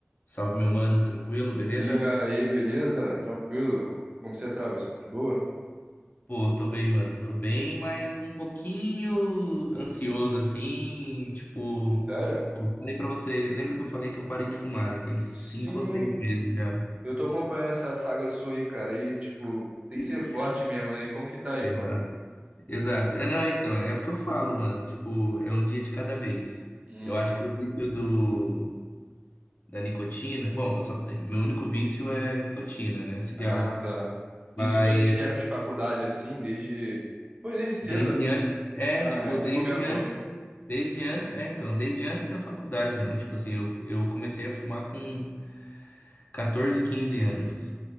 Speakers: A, on the left; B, on the right.
A: Salve, meu mano, tranquilo, beleza?
B: E aí, beleza? Tranquilo? Como você tá, Hudson? De boa?
A: Pô, tô bem, mano. Tô bem, mas um pouquinho ansioso assim, tipo,
B: Sério?
A: pô, falei pra você, lembra que eu falei que eu parei de fumar, né? Tem cinco
B: Sim,
A: ou seis meses já.
B: eu tô acompanhando essa saga sua aí, cara. E, tipo, tem
A: <laughs>
B: que ser forte mesmo, né? E como que tá aí?
A: Exato.
B: Com-
A: Exato. É, não, então, é o que eu falo, mano. Tipo, é um dia de cada vez.
B: Hum,
A: Eu acho que o vício do, da nicotina. Bom, eu só tenho, meu único vício é nicotina, né? Cigarro.
B: ah, tá.
A: Mas.
B: Isso foi desde a época de faculdade, assim? Desde. Foi desde cedo,
A: Desde
B: assim?
A: antes, é,
B: Ah,
A: tipo,
B: é, você
A: desde
B: comentou.
A: antes, da- desde antes, é, então, desde antes da faculdade, mano. Tipo assim, eu, eu comecei a fumar com 14, 15 anos.